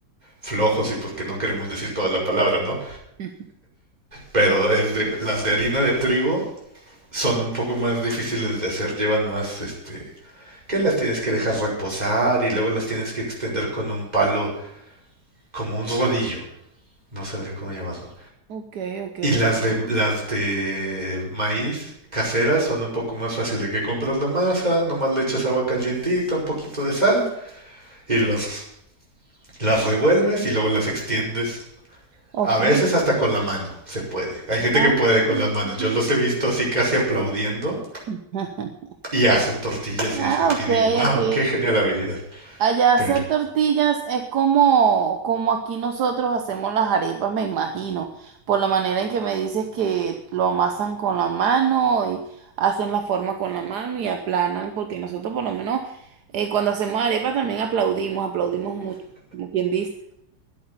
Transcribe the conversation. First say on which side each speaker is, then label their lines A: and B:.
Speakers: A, on the right; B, on the right.
A: flojos y porque no queremos decir toda la palabra, ¿no?
B: Ok.
A: Pero es de- las de harina de trigo son un poco más difíciles de hacer, llevan más, este, que las tienes que dejar reposar y luego las tienes que extender con un palo, como un rodillo. No sabría cómo llamarlo.
B: Ok, ok,
A: Y las
B: ok.
A: de, las de maíz caseras son un poco más fácil de que compras la masa, nomás le echas agua calientita, un poquito de sal y los, las revuelves y luego las extiendes.
B: Ok.
A: A veces hasta con la mano se puede. Hay gente
B: Ah,
A: que puede con
B: mm.
A: las manos. Yo los he visto así casi aplaudiendo
B: <laughs>
A: y hacen tortillas y
B: ah,
A: dices,
B: ok,
A: y digo, wow,
B: ok.
A: qué genial habilidad.
B: Allá
A: Pero
B: hacer tortillas es como, como aquí nosotros hacemos las arepas, me imagino, por la manera en que me dices que lo amasan con la mano y hacen la forma con la mano y aplanan, porque nosotros por lo menos eh, cuando hacemos arepas también aplaudimos, aplaudimos mucho, como quien dice.